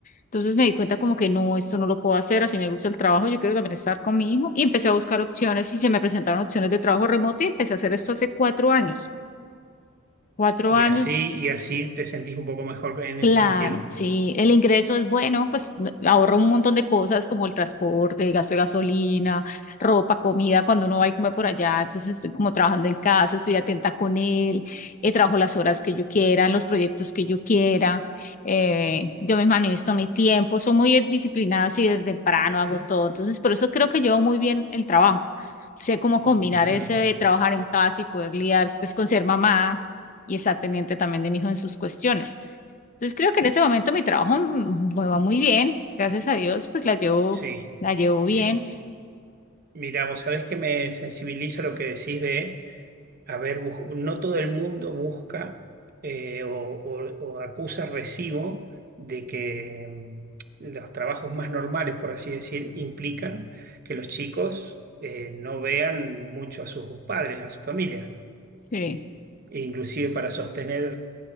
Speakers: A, on the left (about 40°); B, on the right (about 45°).
A: Entonces me di cuenta como que no, esto no lo puedo hacer, así me gusta el trabajo, yo quiero también estar con mi hijo. Y empecé a buscar opciones y se me presentaron opciones de trabajo remoto y empecé a hacer esto hace cuatro años. Cuatro
B: Y
A: años
B: así, y así te sentís un poco mejor en
A: Claro,
B: ese sentido.
A: sí, el ingreso es bueno, pues no- ahorra un montón de cosas como el transporte, gasto de gasolina, ropa, comida, cuando uno va y come por allá, entonces estoy como trabajando en casa, estoy atenta con él, eh, trabajo las horas que yo quiera, en los proyectos que yo quiera, eh, yo me administro mi tiempo, soy muy disciplinada así desde temprano, hago todo, entonces por eso creo que llevo muy bien el trabajo, sé cómo combinar
B: Ujú,
A: ese de trabajar en casa y poder lidiar pues con ser mamá y estar pendiente también de mi hijo en sus cuestiones. Entonces creo que en ese momento mi trabajo mm, me va muy bien, gracias a Dios, pues la llevo,
B: Sí.
A: la llevo bien.
B: Mi- Mira, vos sabés que me sensibiliza lo que decís de a ver, bus- no todo el mundo busca eh, o, o- o acusa recibo de que mm, los trabajos más normales, por así decir, implican que los chicos eh, no vean mucho a sus padres, a su familia.
A: Sí.
B: E Inclusive para sostener